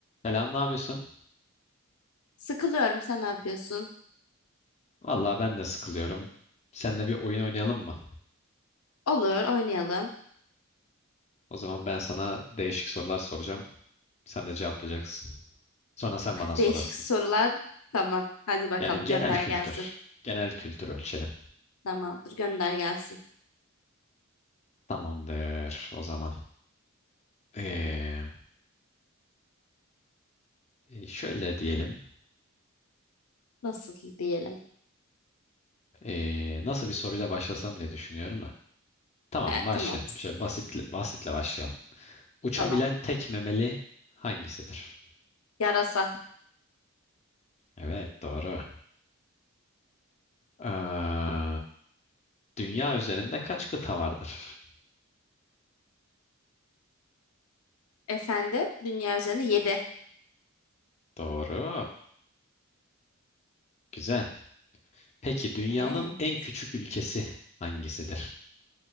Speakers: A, on the left; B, on the left.
A: Selam, ne yapıyorsun?
B: Sıkılıyorum. Sen ne yapıyorsun?
A: Vallahi ben de sıkılıyorum. Seninle bir oyun oynayalım mı?
B: Olur, oynayalım.
A: O zaman ben sana değişik sorular soracağım. Sen de cevaplayacaksın. Sonra sen bana sorarsın.
B: Değişik sorular. Tamam. Hadi bakalım
A: Yani genel
B: gönder
A: kültür.
B: gelsin.
A: Genel kültür ölçelim.
B: Tamamdır, gönder gelsin.
A: Tamamdır o zaman. Ee, e, şöyle diyelim.
B: Nasıl diyelim?
A: Ee, nasıl bir soruyla başlasam diye düşünüyorum da. Tamam
B: E,
A: başlayalım.
B: tamam, sıkıntı
A: Şöyle basitle,
B: yok.
A: basitle başlayalım. Uçabilen
B: Tamam.
A: tek memeli hangisidir?
B: Yarasa.
A: Evet doğru. Ee, dünya üzerinde kaç kıta vardır?
B: Efendim, dünya üzerinde yedi.
A: Doğru. Güzel. Peki dünyanın
B: Evet.
A: en küçük ülkesi hangisidir?